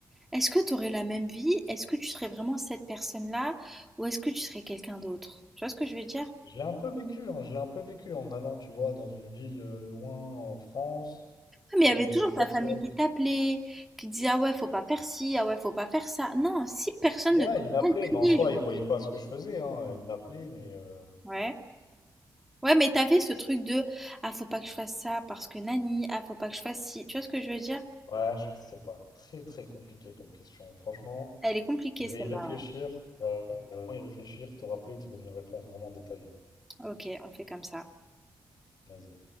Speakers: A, in the centre; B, on the left.
A: Est-ce que tu aurais la même vie? Est-ce que tu serais vraiment cette personne-là? Ou est-ce que tu serais quelqu'un d'autre? Tu vois ce que je veux dire?
B: je l'ai un peu vécu, hein, je l'ai un peu vécu en allant, tu vois, dans une ville euh, loin en France
A: Ah, Mais
B: où je
A: il y avait
B: connaissais
A: toujours
B: personne.
A: ta famille qui t'appelait, qui disait ah ouais, faut pas faire ci, ah ouais, faut pas faire ça. Non, si personne
B: Ouais,
A: ne te
B: il m'appelait,
A: calculait,
B: mais en soi,
A: je veux
B: il voyait
A: dire.
B: pas ce que je faisais. Hein, il m'appelait, mais euh,
A: Ouais. Ouais, mais t'avais ce truc de ah, faut pas que je fasse ça parce que nani, ah, faut pas que je fasse ci. Tu vois ce que je veux dire?
B: ouais, je sais pas. Très, très compliqué comme question. Franchement,
A: Elle est compliquée
B: je
A: celle-là.
B: vais y réfléchir. Euh, vraiment y réfléchir, te rappeler, te donner une réponse vraiment détaillée.
A: Ok, on fait comme ça.
B: Vas-y.